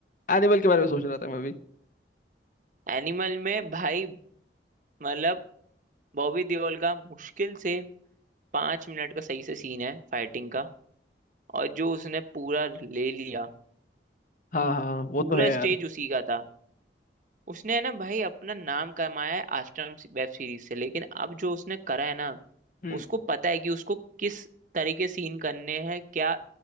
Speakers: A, on the left (about 45°); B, on the right (about 45°).
A: एनिमल के बारे में सोच रहा था मैं अभी
B: एनिमल में भाई मतलब बॉबी देओल का मुश्किल से पांच मिनट का सही से सीन है फाइटिंग का और जो उसने पूरा ले लिया
A: हाँ हाँ वो
B: पूरा
A: तो है यार
B: स्टेज उसी का था उसने है ना भाई अपना नाम कमाया है आश्रम वेब सीरीज से लेकिन अब जो उसने करा है ना
A: हम्म
B: उसको पता है कि उसको किस तरीके सीन करने हैं क्या